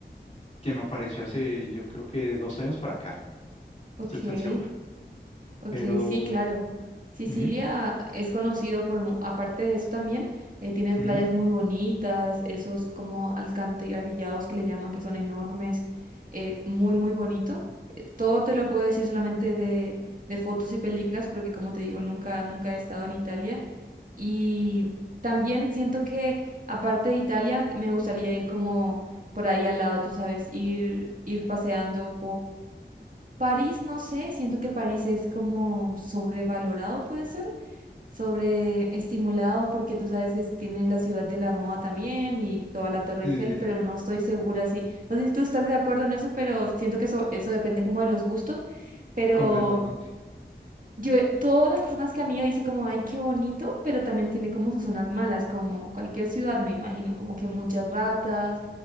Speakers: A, on the left; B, on the right.
A: que me apareció hace, yo creo que dos años para acá. No
B: ok,
A: estoy tan seguro.
B: Ok,
A: Pero
B: sí, claro. Sicilia
A: Ujú,
B: es conocido por, mu- aparte de eso también, eh, tienes
A: ujú.
B: playas muy bonitas, esos como alcantarillados que le llaman, que son enormes, eh, muy, muy bonito. Todo te lo puedo decir solamente de, de fotos y películas, porque como te digo, nunca, nunca he estado en Italia. Y también siento que, aparte de Italia, me gustaría ir como por ahí al lado, tú sabes, ir, ir paseando París, no sé, siento que París es como sobrevalorado, puede ser, sobreestimulado, porque tú sabes que es- tiene la ciudad de la moda también y toda la Torre
A: Sí,
B: Eiffel,
A: sí,
B: pero no estoy segura si, no sé si tú estás de acuerdo en eso, pero siento que eso, eso depende como de los gustos, pero
A: completamente.
B: yo, eh, todas las personas que han ido dicen como, ay, qué bonito, pero también tiene como sus zonas malas, como cualquier ciudad, me imagino, como que muchas ratas,